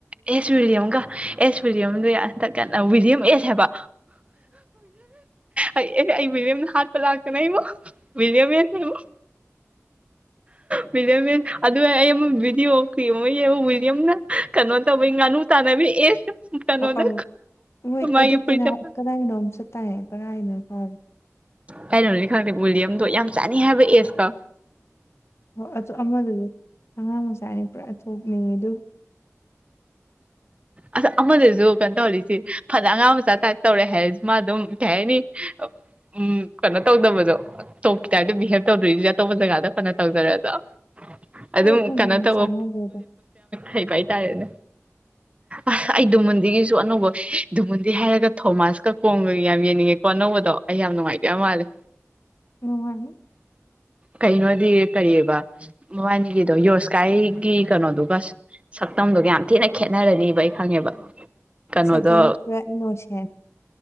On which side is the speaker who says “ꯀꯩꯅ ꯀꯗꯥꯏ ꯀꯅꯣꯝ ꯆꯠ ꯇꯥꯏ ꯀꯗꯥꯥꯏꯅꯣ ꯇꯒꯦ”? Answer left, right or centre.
Left